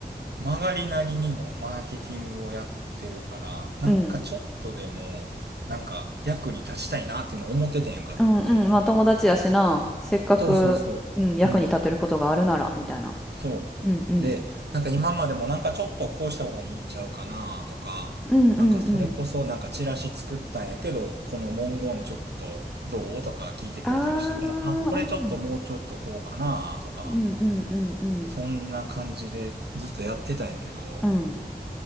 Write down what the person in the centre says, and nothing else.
うん
うんうん。まあ友達やしな。せっかく、
うん、役に立てることがあるならみたいな。
うんうん。
うんうんうん。
ああ、
うん。うんうんうんうん。
うん。